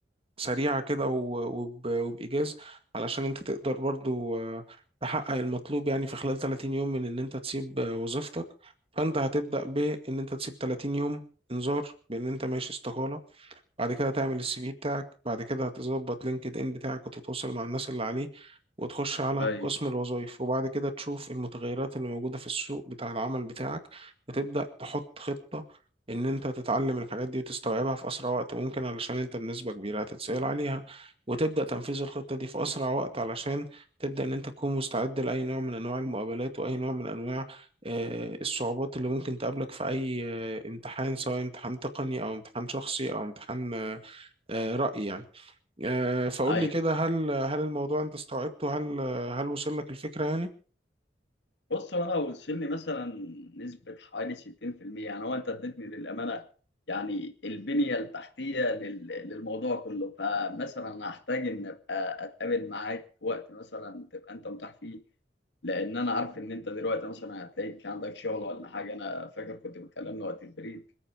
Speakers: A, on the right; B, on the left.
A: سريعة كده و- وب- وبإيجاز علشان أنت تقدر برضو آه، تحقق المطلوب يعني في خلال 30 يوم من إن أنت تسيب آه، وظيفتك فأنت هتبدأ بإن أنت تسيب 30 يوم إنذار بإن أنت ماشي استقالة بعد كده تعمل السي في بتاعك بعد كده هتظبط لينكد ان بتاعك وتتواصل مع الناس اللي عليه وتخش على
B: ايوه
A: قسم الوظائف وبعد كده تشوف المتغيرات اللي موجودة في السوق بتاع العمل بتاعك وتبدأ تحط خطة ان انت تتعلم الحاجات دي وتستوعبها في اسرع وقت ممكن علشان انت بنسبة كبيرة هتتسأل عليها وتبدأ تنفيذ الخطة دي في اسرع وقت علشان تبدأ ان انت تكون مستعد لأي نوع من انواع المقابلات واي نوع من انواع آه، الصعوبات اللي ممكن تقابلك في اي امتحان سواء امتحان تقني او امتحان شخصي او امتحان آه، آه، رأي يعني آه، فقول
B: ايوه
A: لي كده هل هل الموضوع انت استوعبته هل هل وصل لك الفكرة يعني
B: بص هو انا وصل لي مثلا نسبه حوالي 60% يعني هو انت اديتني للامانه يعني البنيه التحتيه لل- للموضوع كله فمثلا أنا هحتاج ان ابقى اتقابل معاك في وقت مثلا تبقى انت متاح فيه لان انا عارف ان انت دلوقتي مثلا هتلاقيك عندك شغل ولا حاجه انا فاكر كنت بتكلمنا وقت البريد